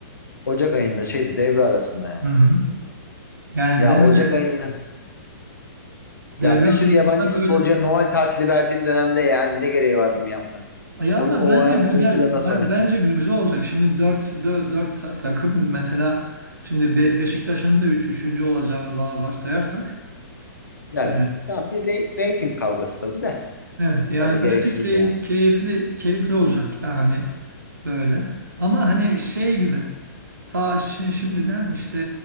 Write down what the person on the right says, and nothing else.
Hı hı. Yani
devre
devre
arasında
böyle
Ya
ama
bence güzel
ben
bence gü- güzel olacak. Şimdi dört dört takım mesela şimdi Be- Beşiktaş'ın da üç üçüncü olacağını va- varsayarsak
e,
evet yani
bence key-
keyifli keyifli olacak ya hani böyle. Ama hani şey güzel. Ta şi- şimdiden işte